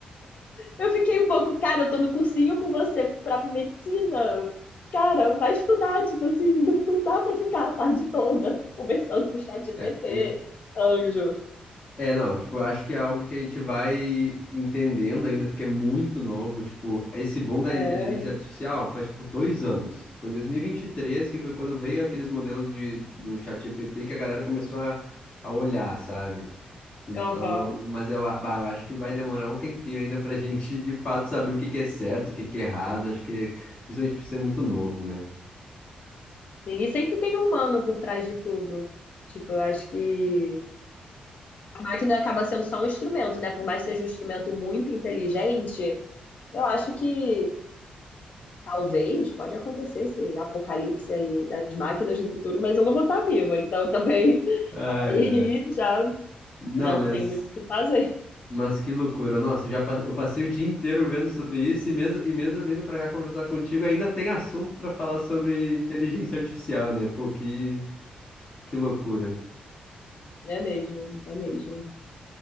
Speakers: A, on the left (about 55°); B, on the left (about 30°).
A: Eu fiquei um pouco, cara, eu tô no cursinho com você pra medicina. Cara, vai estudar, tipo assim, não não dá pra ficar a tarde toda conversando com o chat GPT,
B: É, eu-
A: anjo.
B: é, não, tipo, eu acho que é algo que a gente vai entendendo ainda, porque é muito novo. Tipo, esse boom da
A: É,
B: inteligência artificial faz, tipo, dois anos. Foi em dois mil e e vinte e três que foi quando veio aqueles modelos de, do ChatGPT que a galera começou a, a olhar, sabe? Então,
A: aham.
B: mas eu, a- bah, eu acho que vai demorar um tempinho ainda pra <laughs> gente, de fato, saber o que que é certo, o que que é errado. Acho que, principalmente por ser muito novo, né?
A: Sim, e sempre tem um humano por trás de tudo. Tipo, eu acho que a máquina acaba sendo só um instrumento, né? Por mais que seja um instrumento muito inteligente, eu acho que talvez pode acontecer esse apocalipse aí das máquinas no futuro, mas eu não vou estar viva, então também <laughs>
B: Ai,
A: aí
B: ai.
A: já,
B: Não,
A: já não
B: mas.
A: tenho muito o que fazer.
B: Mas que loucura. Nossa, eu já pa- eu passei o dia inteiro vendo sobre isso e mesmo, e mesmo vindo pra cá conversar contigo, ainda tem assunto pra falar sobre inteligência artificial, né? Pô, que, que loucura.
A: É mesmo, é mesmo.